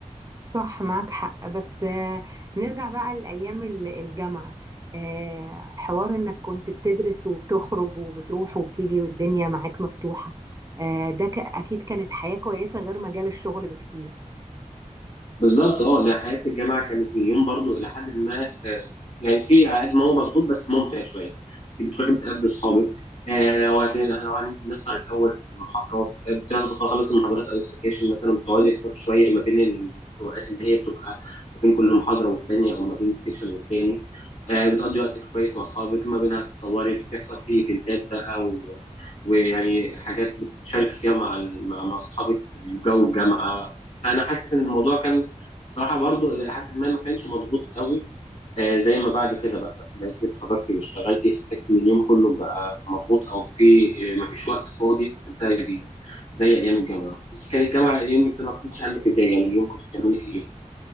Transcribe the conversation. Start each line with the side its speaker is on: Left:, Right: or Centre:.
Right: صح معاك حق بس آه، نرجع بقى لأيام ال- الجامعة آه، حوار إنك كنت بتدرس وبتخرج وبتروح وبتيجي والدنيا معاك مفتوحة آه، ده ك- أكيد كانت حياة كويسة غير مجال الشغل بكتير
Left: بالظبط اه انا حياه الجامعه كانت اليوم برضو الى حد ما آه، يعني في قد ما هو مضغوط بس ممتع شويه انت بتروح تقابل اصحابك آه وهت- لو هننزل نسهر الاول في المحاضرات آه، بتاخد خلاص المحاضرات او السكاشن مثلا بتقعدي تفوت شويه ما بين الفروقات اللي هي بتبقى ما بين كل محاضره والتانيه او ما بين السكشن والتاني آه بتقضي وقت كويس مع اصحابك ما بينها تتصوري بتحصل في ايفنتات بقى و... ويعني حاجات بتشاركي فيها مع ال- مع مع اصحابك في جو الجامعه فانا حاسس ان الموضوع كان الصراحه برضو الى حد ما ما كانش مضغوط قوي آه، زي ما بعد كده بقى بقيت إيه، اتخرجت واشتغلت فتحس ان اليوم كله بقى مضغوط او في آه، ما فيش وقت فاضي تستمتعي بيه زي ايام الجامعه انت كان الجامعه ايام الجامعه كنت عندك ازاي يعني اليوم كنت بتعملي فيه ايه؟